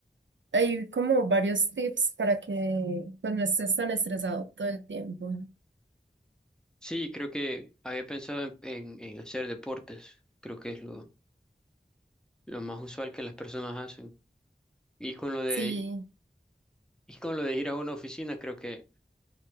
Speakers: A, on the right; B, in the centre.
A: Hay como varios tips para que pues, no estés tan estresado todo el tiempo.
B: Sí, creo que había pensado en, en- en hacer deportes. Creo que es lo, lo más usual que las personas hacen. Y con lo de,
A: Sí.
B: y con lo de ir a una oficina, creo que,